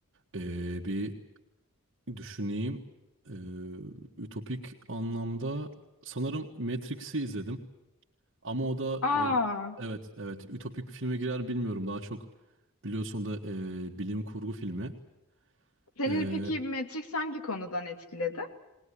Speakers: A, on the right; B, on the left.
A: eee, bir düşüneyim. Eee, ütopik anlamda sanırım Matrix'i izledim. Ama o da
B: Aa,
A: e, ü- evet evet ütopik filme girer bilmiyorum. Daha çok biliyorsun da e, bilim kurgu filmi.
B: senin
A: Eee,
B: peki Matrix hangi konudan etkiledi?